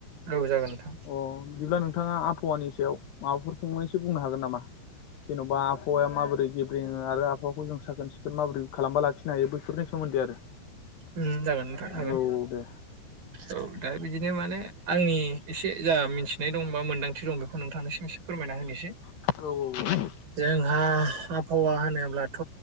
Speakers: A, on the right; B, on the left.
A: औ जागोन नोंथां
B: अ बिदिब्ला नोंथाङा आबहावानि सायाव माबाफोर फंनैसै बुंनो हागोन नामा जेन'बा आबहावाया माबोरै गेब्रेङो आरो आबाहावाखौ जों साखोन सिखोन माबोरै खालामबा लाखिनो हायो बैफोरनि सोमोन्दै आरो
A: उम जागोन नोंथां हागोन
B: औ औ दे
A: औ दा बिदिनो माने आंनि एसे जा मिथिनाय दं बा मोन्दांथि दं बेखौ नोंथांनोसिम फोरमायना होनोसै
B: औ औ औ
A: जोंहा आबहावा होनोब्लाथ'